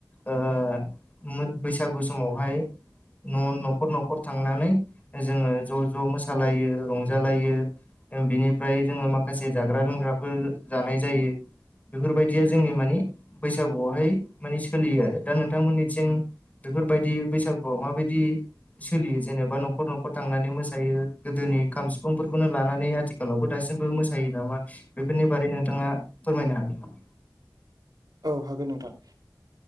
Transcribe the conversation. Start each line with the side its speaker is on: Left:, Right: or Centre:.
Left: ओ मोद बैसागु समावहाय न' न'खर न'खर थांनानै जोङो ज' ज' मोसालायो रंजालायो बिनिफ्राय जोङो माखासे जाग्रा लोंग्राफोर जानाय जायो बेफोरबायदिया जोंनि माने बैसागुआवहाय माने सोलियो आरो दा नोंथांमोननिथिं बेफोरबायदि बैसागुआ माबायदि सोलियो जेनेबा न'खर न'खर थांनानै मोसायो गोदोनि खाम सिफुंफोरखौनो लानानै आथिखालावबो दासिमबो मोसायो नामा बेफोरनि बारै नोंथांङा फोरमायनो हागोन
Right: औ हागोन नोंथां